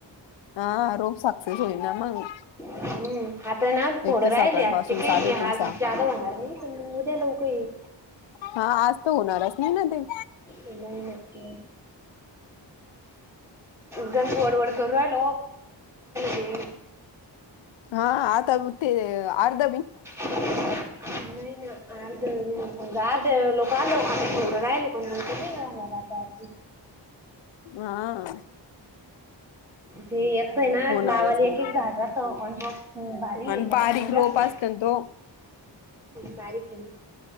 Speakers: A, on the left; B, in the centre.
A: हा रोज सक्षक्षस होई ना मग
B: हम्म आता ना थोडं
A: एक तर
B: राहिल
A: सकाळपासून
B: अगदी काही
A: चालू आहे
B: हल
A: तुमचा
B: जादा होणार नाही पण उद्या लऊ काही
A: हा आज तर होणारच नाही ना ते
B: नाही ग वडवड करूयलो ते
A: हा आता ब ते अर्ध
B: नाही ना आर्ध दि सजा आ लोक आलो आताोरं राहिले पण मणार
A: हा
B: ते एकच ना
A: होणारच
B: लावाली एक
A: नाही
B: एक झाड ऑ भारी आहे
A: आणि
B: त्याच्या
A: बारीक
B: मजास्त
A: रोप असतो ना तो
B: बारीक आहे ना